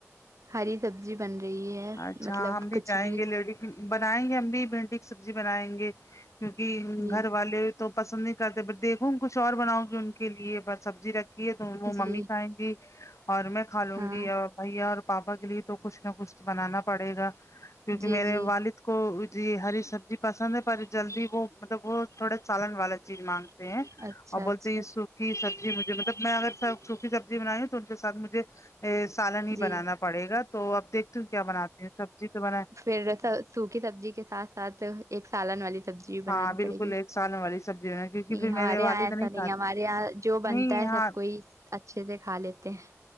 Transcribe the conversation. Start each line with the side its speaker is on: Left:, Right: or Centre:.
Right: ہری سبزی بن رہی ہے
Left: اچھا
Right: مطلب
Left: ہم
Right: کچھ
Left: جائیں
Right: بھی
Left: گے لیڈی بنائیں گے ہم بھی بھینڈی کی سبزی بنائیں گے کیونکہ
Right: جی
Left: گھر والے تو پسند نہیں کرتے بٹ دیکھو کچھ اور بناؤ گی ان کے لیے سبزی رکھ تو وہ
Right: جی
Left: ممی کھائیں گی اور میں کھالوں
Right: ہاں
Left: گی اور بھیا اور پاپا کے لیے تو کچھ نہ کچھ بنانا پڑے گا کیونکہ
Right: جی
Left: میرے
Right: جی
Left: والد کو جی ہری سبزی پسند ہے پر جلدی وہ مطلب وہ تھوڑا سالن والا چیز مانگتے ہیں
Right: اچھا
Left: اور
Right: اچھا
Left: بولتے یہ سوکھی سبزی مجھے مطلب میں اگر سوکھی سبزی بنائیوں تو ان کے ساتھ مجھے سالن ہی
Right: جی
Left: بنانا پڑے گا تو اب دیکھتی ہوں کیا بناتی ہیں سبزی تو بنائے
Right: پھر سوکھی سبزی کے ساتھ ساتھ ایک سالن والی سبزی بھی
Left: ہاں
Right: بنانی
Left: بالکل
Right: پڑے گی
Left: ایک سالن والی سبزی بنا کیونکہ
Right: نہیں
Left: پھر
Right: ہمارے
Left: میرے
Right: یہاں
Left: والد
Right: ایسا نہیں
Left: کھاتے
Right: ہمارے یہاں جو بنتا
Left: نہیں
Right: ہے
Left: ہاں
Right: سب کوئی اچھے سے کھا لیتے ہیں